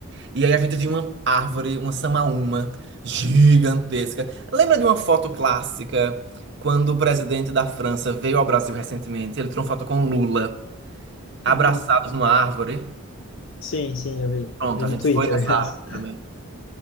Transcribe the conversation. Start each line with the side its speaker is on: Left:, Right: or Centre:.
Right: E aí a gente viu uma árvore, uma samaúma gigantesca. Lembra de uma foto clássica quando o presidente da França veio ao Brasil recentemente? Ele tirou uma foto com Lula, abraçados
Left: Uhum.
Right: numa árvore.
Left: Sim, sim, eu vi.
Right: Pronto,
Left: Vi
Right: a
Left: no
Right: gente
Left: Twitter.
Right: foi nessa
Left: <laughs>
Right: árvore também.